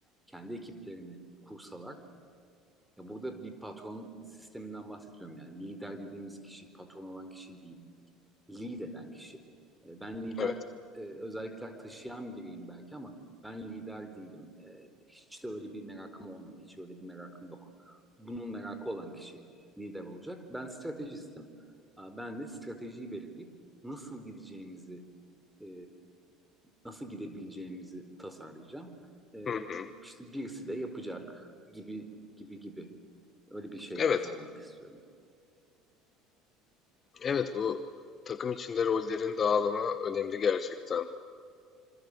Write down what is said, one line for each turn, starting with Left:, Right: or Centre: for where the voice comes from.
Centre: kendi ekiplerini kursalar ya burada bir patron sisteminden bahsetmiyorum yani. Lider dediğimiz kişi patron olan kişi değil. Lead eden kişi. E, Ben lider
Left: Evet.
Centre: e, özellikler taşıyan biriyim belki ama ben lider değilim. E, Hiç de öyle bir merakım olmadı. Hiç öyle bir merakım yok. Bunun merakı olan kişi lider olacak. Ben stratejistim. Aa, Ben de stratejiyi belirleyip nasıl gideceğimizi, e, nasıl gidebileceğimizi tasarlayacağım. E,
Left: Hı hı.
Centre: işte birisi de yapacak gibi gibi gibi. Öyle bir şey
Left: Evet.
Centre: tasarlamak istiyorum.
Left: Evet bu takım içinde rollerin dağılımı önemli gerçekten.